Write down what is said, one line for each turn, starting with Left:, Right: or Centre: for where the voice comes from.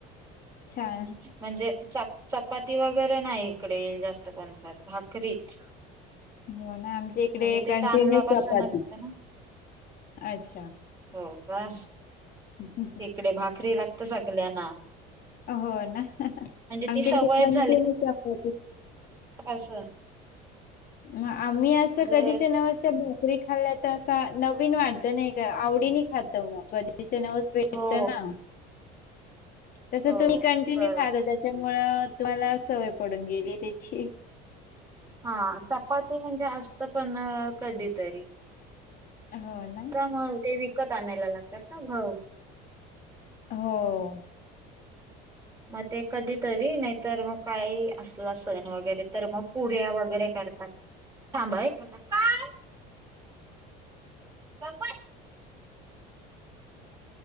Left: छान
Right: म्हणजे चप चपाती वगैरे नाही इकडे जास्त बणतात भाकरीच
Left: हो ना आमच्या इकडे
Right: म्हणजे ते
Left: कंटिन्युअस
Right: तांदलापासूनच
Left: चपाती
Right: होते ना
Left: अच्छा
Right: हो का
Left: ह हं
Right: इकडे भाकरी लागत सगळ्यांना
Left: हो ना
Right: म्हणजे
Left: आमच्याकडे
Right: ती सवयच
Left: कॅन्टीनिव चपाती
Right: हरसळत
Left: हा आम्ही असं
Right: जर
Left: कधीच्या नवस्त्या री खाल्ल्या तर असा नवीन वाढत नाही का आवडीने खातं मग कधीच्यानव भेटतना
Right: हो
Left: तस
Right: हो
Left: तुम्ही कॅन्टीन
Right: बरोबर
Left: खाता च्यामुळं तुम्हाला सवय पडून गेली त्याची
Right: हा चपाती म्हणजे आस्त पण कधीतरी
Left: हो ना.
Right: का म ते विकत आणायला लागतात ना भाऊ
Left: हो
Right: मग ते कधी तरी नाहीतर मग काही असला सण वगैरे तर मग पुऱ्या वगैरे करतात थांबा हा एक मिनट काय गप बस